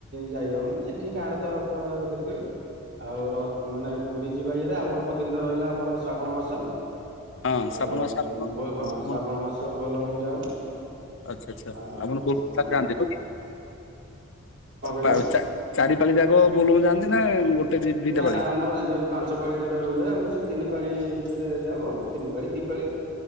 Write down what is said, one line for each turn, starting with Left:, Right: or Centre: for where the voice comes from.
Right: ଯାଇହବନି ଏଠି ଗାଁରେ ତ ରଥ ଦେଖେ ଆଉ ର ମାନେ ପୁରୀ ଯିବା ଇଏରେ ଆଉ ଅଳ୍ପ ଦିନ ତ ରହିଲା ଆମର ଶ୍ରାବଣ ମାସ।
Left: ହଁ ଶ୍ରାବଣ
Right: ଆଉ
Left: ମାସ ଆପଣ
Right: ଉଭୟ ହଁ
Left: ଆପଣ
Right: ଶ୍ରାବଣ ମାସ ବୋଲବମ୍ ଯାଉ।
Left: ଆଚ୍ଛା ଆଚ୍ଛା
Right: ଆଉ
Left: ଆପଣ ବୋଲବମ
Right: ହଁ
Left: ଯାଆନ୍ତି ନୁହଁ କି?
Right: କଣ କହିଲେ?
Left: ପା ଚା ଚାରିପାଳି ଯାକ ବୋଲବମ୍ ଯାଆନ୍ତି ନା ଗୋଟେ? ଦି ଦିଟା
Right: ନା
Left: ପାଳି
Right: ନା ଆମର ଯୋଉ ପାଞ୍ଚ ପାଳି ଯୋଉଟା ରୁହେ ଆମେ ସେ ତିନି ପାଳି ଭିତରେ ଯାଉ ଆଉ ତିନି ପାଳି ଦିପାଳି।